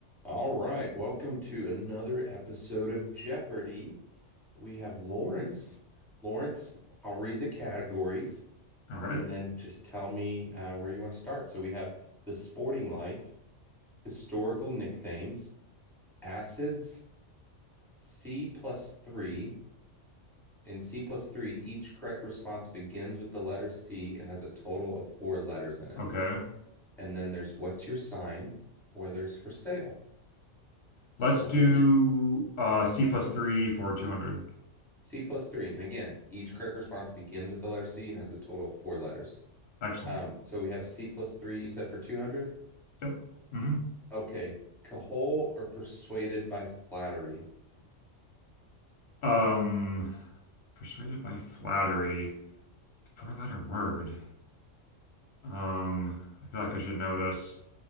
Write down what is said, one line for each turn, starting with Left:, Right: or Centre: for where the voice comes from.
Centre: All right, welcome to another episode of Jeopardy. We have Lawrence. Lawrence, I'll read the categories
Left: All right.
Centre: and then just tell me uh, where you want to start. So we have the sporting life, historical nicknames, acids, C plus three, and C plus three. Each correct response begins with the letter C and has a total of four letters in it.
Left: Okay.
Centre: And then there's what's your sign, or there's for sale. So
Left: Let's do
Centre: which
Left: uh C plus three for 200.
Centre: C plus three. And again, each correct response begins with the letter C and has a total of four letters.
Left: Excellent.
Centre: Um, so we have C plus three, you said for 200?
Left: Yep. hmm
Centre: Okay. Cajole or persuaded by flattery?
Left: Um, persuaded by flattery. Four-letter word. Um, I feel like I should know this.